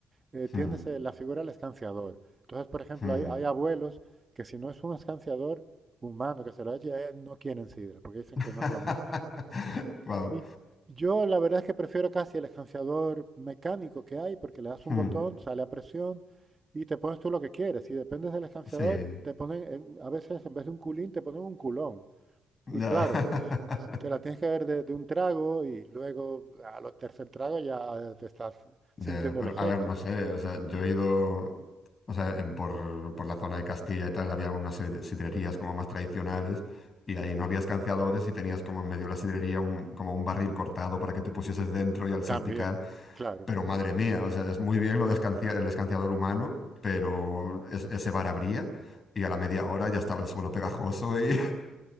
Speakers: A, on the right; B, on the left.
A: eh, tienes
B: hmm,
A: eh, la figura del escanciador. Entonces, por ejemplo,
B: hmm.
A: hay, hay abuelos que si no es un escanciador humano que se lo eche, eh, no quieren sidra, porque dicen
B: <laughs>
A: que no es lo mismo.
B: Wow.
A: Y yo la verdad es que prefiero casi el escanciador mecánico que hay, porque le das un
B: Hmm,
A: botón, sale a presión y te pones tú lo que quieres. Si dependes del escanciador,
B: Sí.
A: te ponen, en- a veces en vez de un culín, te ponen un culón.
B: Ya.
A: Y claro,
B: <laughs>
A: s- te la tienes que ver de, de un trago y luego a los tercer trago ya te estás
B: Ya,
A: sintiendo
B: pero
A: el efecto.
B: a ver, no sé, o sea, yo he ido, o sea, en- por, por la zona de Castilla y tal, había unas sid- sidrerías como más tradicionales y ahí no había escanciadores y tenías como en medio de la sidrería un- como un barril cortado para que te pusieses dentro y al salpicar,
A: También, claro,
B: pero madre mía, o sea, es muy bien lo de escancia- el escanciador humano, pero es- ese bar abría y a la media hora ya estaba el suelo pegajoso y